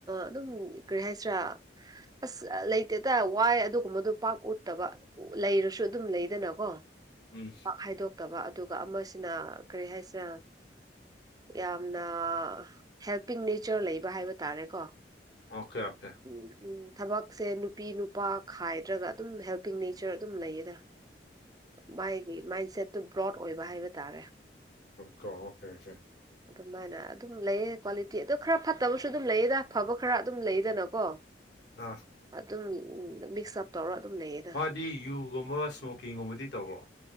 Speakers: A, on the right; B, on the left.
A: ꯑꯗꯨꯝ ꯀꯔꯤ ꯍꯥꯏꯁꯤꯔꯥ ꯑꯁ ꯂꯩꯇꯦꯇ ꯋꯥꯏ ꯑꯗꯨꯒꯨꯝꯕꯗꯣ ꯄꯥꯛ ꯎꯠꯇꯕ ꯂꯩꯔꯁꯨ ꯑꯗꯨꯝ ꯂꯩꯗꯅꯀꯣ
B: ꯎꯝ
A: ꯄꯥꯛ ꯍꯥꯏꯗꯣꯛꯇꯕ ꯑꯗꯨꯒ ꯑꯃꯁꯤꯅ ꯀꯔꯤ ꯍꯥꯏꯁꯤꯔ ꯌꯥꯝꯅ ꯍꯦꯜꯄꯤꯡ ꯅꯦꯆꯔ ꯂꯩꯕ ꯍꯥꯏꯕ ꯇꯥꯔꯦꯀꯣ
B: ꯑꯣꯀꯦ ꯑꯣꯀꯦ
A: ꯎꯝ ꯎꯝ ꯊꯕꯛꯁꯦ ꯅꯨꯄꯤ ꯅꯨꯄꯥ ꯈꯥꯏꯗ꯭ꯔꯒ ꯑꯗꯨꯝ ꯍꯦꯜꯄꯤꯡ ꯅꯦꯆꯔ ꯑꯗꯨꯝ ꯂꯩꯌꯦꯗ ꯃꯥꯒꯤ ꯃꯥꯏꯟꯁꯦꯠꯇꯨ ꯕ꯭ꯔꯣꯠ ꯑꯣꯏꯕ ꯍꯥꯏꯕ ꯇꯥꯔꯦ
B: ꯀꯣ ꯑꯣ ꯐꯦꯦ
A: ꯑꯗꯨꯃꯥꯏꯅ ꯑꯗꯨꯝ ꯂꯩꯑ ꯀ꯭ꯋꯥꯂꯤꯇꯤ ꯑꯗꯣ ꯈꯔ ꯐꯠꯇꯕꯁꯨ ꯑꯗꯨꯝ ꯂꯩꯌꯦꯗ ꯐꯕ ꯈꯔ ꯑꯗꯨꯝ ꯂꯩꯗꯅꯀꯣ
B: ꯑ
A: ꯑꯗꯨꯝ ꯃꯤꯛꯁ ꯑꯞ ꯇꯧꯔꯒ ꯑꯗꯨꯝ ꯂꯩꯌꯦꯗ
B: ꯗꯤ ꯌꯖꯨꯒꯨꯝꯕ ꯁ꯭ꯃꯣꯀꯤꯡꯒꯨꯝꯕꯗꯤ ꯇꯧꯔ꯭ꯔꯣ